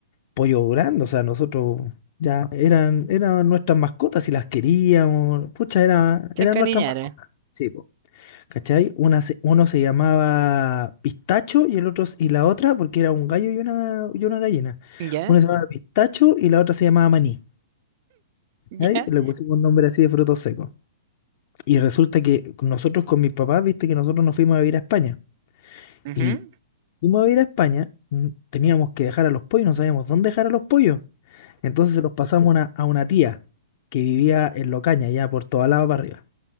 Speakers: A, on the left; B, on the right.
A: pollo grande, o sea, nosotros ya eran, eran nuestras mascotas y las queríamos, pucha, era,
B: Se
A: eran
B: encariñaron.
A: nuestras mascotas. Sí, po. ¿Cachai? Una se- uno se llamaba Pistacho y el otro s- y la otra, porque era un gallo y una, y una gallina.
B: ¿Ya?
A: Una se llamaba Pistacho y la otra se llamaba Maní.
B: ¿Ya?
A: ¿cachai? Y Le pusimos un nombre así de frutos secos. Y resulta que nosotros con mis papás, viste que nosotros nos fuimos a vivir a España.
B: Ujú.
A: Y y fuimos a ir a España, mm, teníamos que dejar a los pollos, no sabíamos dónde dejar a los pollos. Entonces se los pasamos a una, a una tía que vivía en Locaña, ya por toda la para arriba.